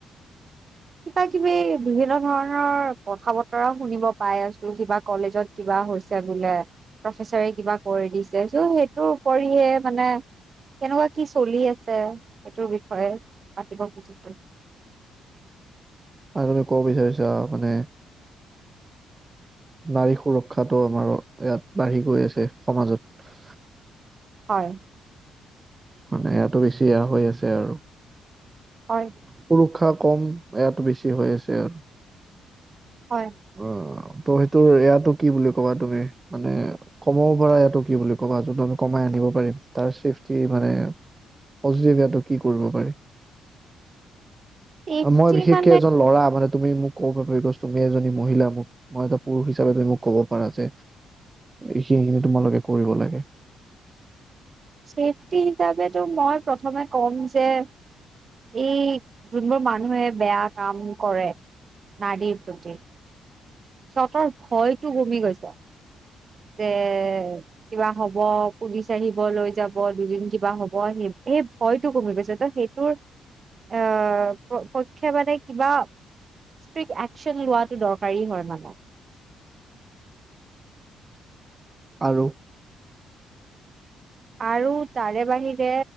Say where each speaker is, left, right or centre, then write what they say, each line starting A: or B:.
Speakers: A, on the right; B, on the right.
A: কিবা কিবি বিভিন্ন ধৰণৰ কথা বতৰাও শুনিব পাই আছো কিবা কলেজত কিবা হৈছে বোলে প্ৰফেচাৰে কিবা কৰি দিছে চ' সেইটোৰ উপৰিহে মানে কেনেকুৱা কি চলি আছে সেইটোৰ বিষয়ে পাতিব খুজিছো।
B: আৰু তুমি কব বিচাৰিছা মানে নাৰী সুৰক্ষাতটো আমাৰ ইয়াত বাঢ়ি গৈ আছে সমাজত।
A: হয়।
B: মানে ইয়াতো বেছি এয়া হৈ আছে আৰু।
A: হয়
B: সুৰক্ষা কম ইয়াত। বেছি হৈ আছে আৰু।
A: হয়
B: অ ত সেইটো ইয়াটো কি বুলি কবা তুমি মানে কমাব পাৰা ইয়াটো কি বুলি ক'বা যোনটো আমি কমাই আনিব পাৰিম তাৰ চেফটি মানে পজিভ ইটো কি কৰিব পাৰি।
A: চেফটি
B: মই বিশেষকে
A: মানে
B: এজন ল'ৰা মানে তুমি মোক ক'ব পাৰিবা তুমি এজনী মহিলা মোক মই এটা পুৰুষ হিচাপে তুমি মোক কব পাৰা যে এইখিনি খিনি তোমালোকে কৰিব লাগে।
A: চেফটি হিচাপেতো মই প্ৰথমে কম যে এই যোনবোৰ মানুহে বেয়া কাম কৰে নাৰীৰ প্ৰতি। সিহঁতৰ ভয়টো কমি গৈছে। যে কিবা হ'ব পুলিচ আহিব লৈ যাব দুদিন কিবা হ'ব সেই সেই ভয়টো কমি গৈছে ত সেইটোৰ এ পক্ষে মানে কিবা ষ্ট্ৰিকট একচন লোৱাটো দৰকাৰী হয় মানে।
B: আৰু
A: আৰু তাৰে বাহিৰে